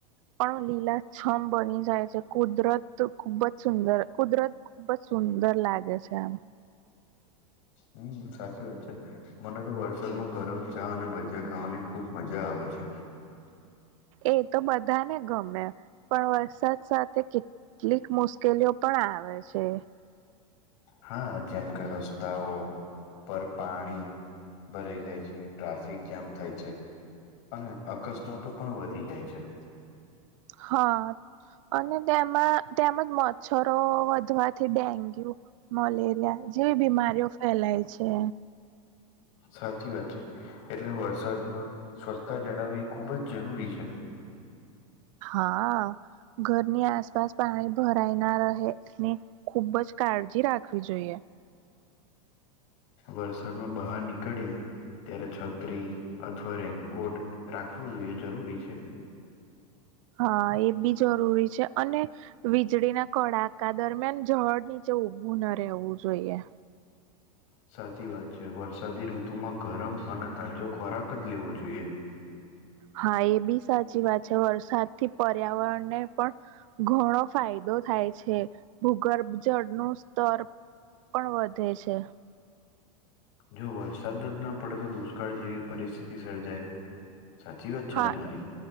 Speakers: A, on the right; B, on the left.
A: પણ લીલા છમ બની જાય છે કુદરત ખુબ જ સુંદર કુદરત ખુબ જ સુંદર લાગે છે એમ
B: હમ સાચી વાત છે મને તો વરસાદમાં ગરમ ચા અને ભજીયા ખાવાની ખુબ મજા આવે છે.
A: એ તો બધાને ગમે પણ વરસાદ સાથે કે. મુશ્કેલીઓ પણ આવે છે.
B: હા જેમ કે રસ્તાઓ. પર પાણી ભરાઈ જાય છે ટ્રાફિક જામ થાય છે. અને અકસ્માતો પણ વધી જાય છે.
A: હા અને તેમાં તેમ જ મોત. મચ્છરો વધવાથી ડેન્ગ્યુ. મલેરિયા જેવી બીમારીઓ ફેલાય છે.
B: સાચી વાત છે એટલે વરસાદમાં સ્વચ્છતા જાળવવી ખુબ જ જરૂરી છે.
A: હા ઘરની આસપાસ પાણી ભરાય ના રહે ને. ખુબ જ કાળજી રાખવી જોઈએ.
B: વરસાદમાં બહાર નીકળીએ. ત્યારે છત્રી અથવા રેનકોટ રાખવો જોઈએ જરૂરી છે.
A: હા એ બી જરૂરી છે અને. વીજળીના કડાકા દરમિયાન ઝડ નીચે ઉભું ના રહેવું જોઈએ. <unintelligible> <inaudible>
B: સાચી વાત છે વરસાદી ઋતુમાં ગરમ અને તાજો ખોરાક જ લેવો જોઈએ.
A: હા એ બી સાચી વાત છે વરસાદ થી પર્યાવરણને પણ. ઘણો ફાયદો થાય છે ભૂગર્ભ જળનું સ્તર. પણ વધે છે.
B: જો વરસાદ જ ન પડે તો દુષ્કાળ જેવી પરિસ્થિતિ સર્જાય. સાચી વાત છે
A: હા
B: ને મારી.